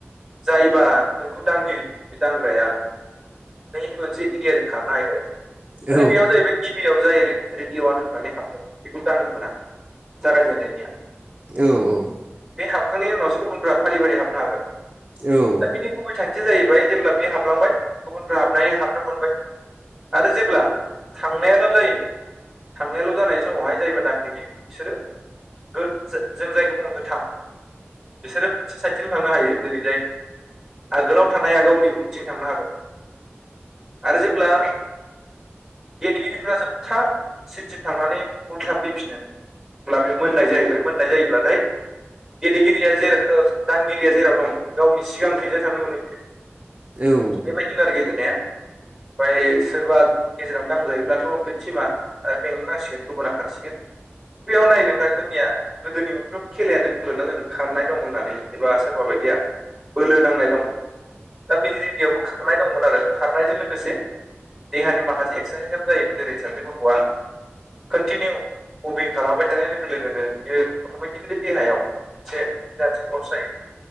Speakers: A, in the centre; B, on the right (about 30°).
A: जायबा नोंखौ दांगिरि बे दांग्राया बै मोनसे एरियाजों खारनो हायो आरो
B: औ
A: दा बेयाव जाहैबाय टिभियाव जाय रेडिअ' वान होननानै हाबगोन बेखौ दांनो मोना जागायजेननायनिया।
B: औ औ
A: बे हाबखांनायनि उनावसो गुबुनफ्रा फारि फारि हाबनो हागोन।
B: औ
A: दा बेनि गुबै थांखिया जाहैबाय जेब्ला बियो हाबलांबाय गुबुनफ्रा हाबनानै हाबनो मोनबाय। आरो जेब्ला थांनायाल' जायो थांनायाल' जानाय समावहाय जायबा दांगिरि बिसोरो गोद जों जायखौ बुङो गोथां बिसोरो मोनसे साइटथिल' थांनो हायो जेरैजाय आगोलाव थानाय आगाव उनथिं थांनो हागोन। आरो जेब्ला गेलेगिरिफोरा जोबथा सिनसिम थांनानै उल्था फैफिनो अब्ला बे मोननाय जायो बे मोननाय जायोब्लाथाय गेलेगिरिया जेराव दांगिरिया जेराव दं गावनि सिगां खैजाय थांनो मोनो बियो।
B: औ
A: बेबायदिनो आरो गेलेनाया ओमफ्राय सोरबा गेजेरावनो दांजायोब्लाथ' बे टिमा आरो बेंनो नांसिगोन गुबुना खारसिगोन बेयाव नाय नोंथां जोंनिया गोदोनि मोनफ्रोम खेलायानो बुंदों ना जों खारनाय दं होननानै एबा सोरबा बायदिया बोलो नांनाय दं। दा बे रेडिअबो खारनाय दंमोन आरो खारनायजों लोगोसे देहानि माखासे एक्सारसाइस जायोमोन जेरै सासे गथ'आ कन्टिनिउ मभिं खालामबाय थानाय लोगो लोगोनो बियो अटमेटिकेलि देहायाव मोनसे इनारजि कर्स जायो